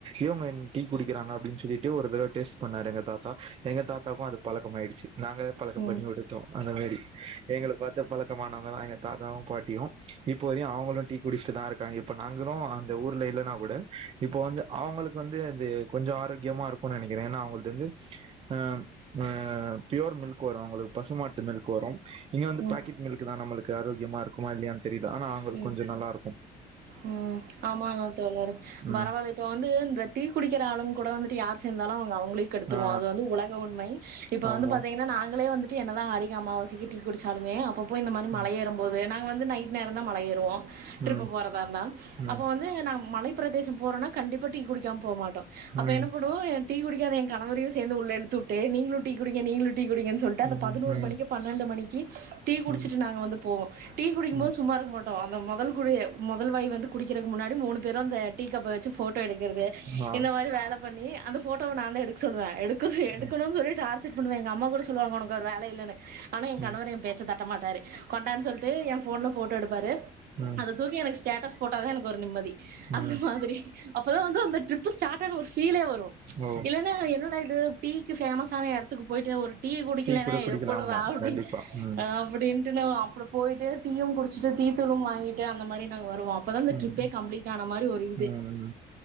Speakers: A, on the right (about 35°); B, on the right (about 65°).
A: இவுங்க என் டீ குடிகிறாங்க அப்டினு சொல்லிட்டு ஒரு தடவ டேஸ்ட் பண்ணாரு எங்க தாத் எங்க தாத்தாக்கும் அது பழகமாயிரிச்சு நாங்களே பழக்கம்
B: ம்
A: பண்ணி கொடுத்தோம் அந்த மாரி எங்கள பாத்தே பழக்கமானவங்க தான் எங்க தாத்தாவும் பாட்டியும் இப்போவரியும் அவுங்களும் டீ குடிச்சுட்டு தான் இருக் இப்ப நாங்களும் அந்த ஊர்ல இல்லனா கூட இப்ப வந்து அவுங்களுக்கு வந்து அது கொஞ்சம் ஆரோக்கியமா இருக்குனு நனைகிறேன் ஏனா அவுங்களு இருந்து அ அ பியூர் மில்க் அவுங்களுக்கு பசுமாட்டு மில்க் வரும் இங்க வந்து
B: ம்
A: பாக்கெட் மில்க் தான் நம்மளுக்கு ஆரோக்கியமா இருக்குமா இல்லையான்னு தெரியல ஆனா அவுங்களுக்கு
B: ம் ம்
A: கொஞ்சம் நல்லா இருக்கும்
B: ம் ஆமாங்க தோழர்
A: ம்
B: பரவால்ல இப்போ வந்து இந்த டீ குடிக்கிற ஆளுங்க கூட வந்துட்டு யாரு இருந்தாலும் அவங்க உலுக்கி எடுதுருவோம்
A: ஆ
B: அது வந்து உலக உண்மை இப்ப
A: ஆமா
B: வந்து பாத்தீங்கனா நாங்களே வந்து டீ என்ன தான் ஆடிக்கு அம்மாவாசைக்கி டீ குடிச்சாலுமே அப்பப்போ போய் இந்த மாரி மலை
A: ம்
B: ஏறும் போது தான் வந்து நைட் நேரம் தான் மல ஏறுவோம்
A: ம் ம்
B: எப்பபோறதா இருந்தாலும்
A: ம்
B: அப்போ வந்து நாங்க மழை மலை பிரதேசம் போறன்னா கண்டிப்பா டீ குடிக்காம போமாட்டோம் அப்ப
A: ம்
B: என்ன பண்ணுவோம் டீ குடிக்காத என் கணவரையும் சேர்ந்து உள்ள இழுத்துவிட்டு நீங்களும் டீ குடிங்க நீங்களும் குடிங்கு சொல்லிட்டு அந்த
A: ம்
B: பதினோரு மணிக்கு பன்னெண்டு மணிக்கு டீ குடிச்சட்டு
A: ம்
B: நாங்க வந்து போவம்டீ குடிக்கும்போது
A: ம்
B: சும்மாருக்கு மட்டும் தா அந்த முதல் குடிய முதல் வாய் வந்து குடிக்கிறதுக்கு முன்னாடி மூணு பேரும் அந்த டீ கப்ப வச்சு போட்டோ எடுக்கிறது
A: ஆ
B: இந்த மாரி வேல பண்ணி அந்த போட்டோவ நான் தான் எடுக்க சொல்லுவேன் எடுத் எடுக்கணும்
A: ம்
B: சொல்லிட்டாரு செக்பண்ணுவ எங்க அம்மா கூட சொல்லுவாங்க உனக்கு ஒரு வேல இல்லன்னு ஆனா என்
A: ம்
B: கணவர் என் பேச்ச தட்ட மாட்டாரு கொண்டான் சொல்ட்டு என் போன்ல போட்டோ எடுப்பாரு
A: ஹ
B: அத தூக்கி எனக்கு ஸ்டேட்டஸ் போட்டாதான் எனக்கு ஒரு நிம்மதி
A: ம்
B: அந்த மாதிரி அப்ப தான் வந்து அந்த ட்ரிப் ஸ்டார்டக கீழே வரும்
A: ஓ
B: இல்லன்னா என்னடா இது டீக்கு ஃபேமஸான எடத்துக்கு போயிட்டு ஒரு டீய குடிக்கலனா
A: டீ கூட குடிக்கலா
B: எப்புட்றா
A: ஆமா
B: அப்டின்னு
A: கண்டிப்பா ம்
B: அப்படின்னு அப்டின்னா அப்புறம் போயிட்டு டீயும் குடிச்சுட்டு டீதூளும் வாங்கிட்டு கெ அந்த மாரி வருவோம் அப்பதான் இந்த
A: ம்
B: டிரிப்பே கம்ப்ளீட் ஆன மாரி ஒரு இது
A: ம்